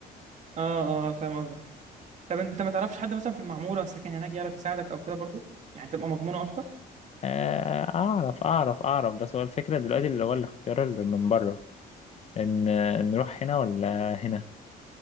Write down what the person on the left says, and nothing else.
آه، أعرف أعرف أعرف بس هو الفكرة دلوقتي اللي هو الاختيار اللي من بره ان نروح هنا ولا هنا